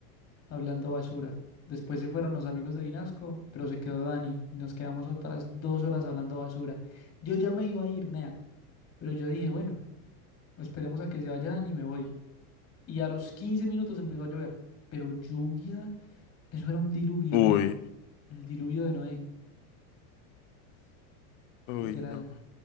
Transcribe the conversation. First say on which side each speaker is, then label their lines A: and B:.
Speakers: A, on the left; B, on the left.
A: hablando basura. Después se fueron los amigos de Vinasco, pero se quedó Dani y nos quedamos otras dos horas hablando basura. Yo ya me iba a ir, nea, pero yo dije, bueno. Esperemos a que se vayan y me voy. Y a los 15 minutos empezó a llover, pero lluvia, eso era un diluvio,
B: Uy.
A: Nea, el diluvio de Noé,
B: Uy,
A: literal.
B: no.